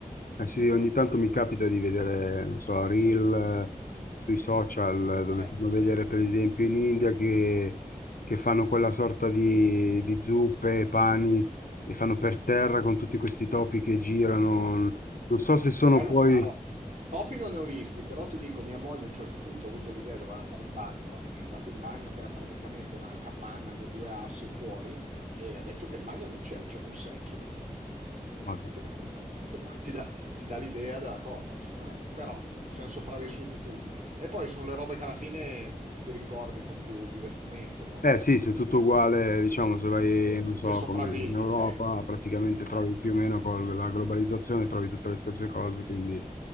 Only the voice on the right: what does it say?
Eh,
Quello
allora, topi non ne ho visti, però ti dico, mia moglie a un certo punto ha avuto l'idea, doveva andare in bagno, è andata in bagno che era praticamente una capanna con due assi fuori e ha detto che il bagno non c'era, c'era un secchio. <laughs>
Per cui ti dà, ti dà l'idea della cosa, insomma, eh. Però, insomma, siamo sopravvissuti tutti. E poi sono le robe che alla fine ti ricordi con più divertimento, no?
Se
se sopravvivi,
ecco.
Eh.